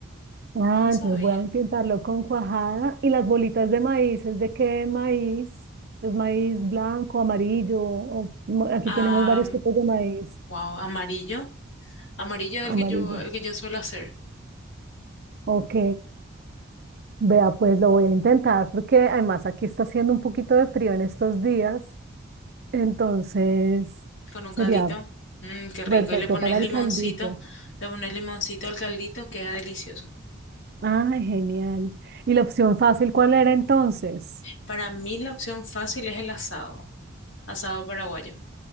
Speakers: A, on the right (about 50°); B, on the left (about 65°).
A: Ah,
B: No sabía.
A: entonces voy a intentarlo con cuajada. ¿Y las bolitas de maíz? ¿Es de qué maíz? ¿Es maíz blanco, amarillo? O- mo- aquí
B: Ah,
A: tenemos varios tipos de maíz
B: wow, amarillo. Amarillo es
A: amarillo.
B: el que yo, el que yo suelo hacer
A: Ok. Vea, pues lo voy a intentar porque además aquí está haciendo un poquito de frío en estos días, entonces
B: con un
A: sería
B: caldito. Mm, qué rico.
A: perfecto
B: Y le pones
A: para
B: limoncito,
A: el caldito.
B: le pones limoncito al caldito, queda delicioso.
A: Ah, genial. ¿Y la opción fácil cuál era entonces?
B: Para mí la opción fácil es el asado, asado paraguayo.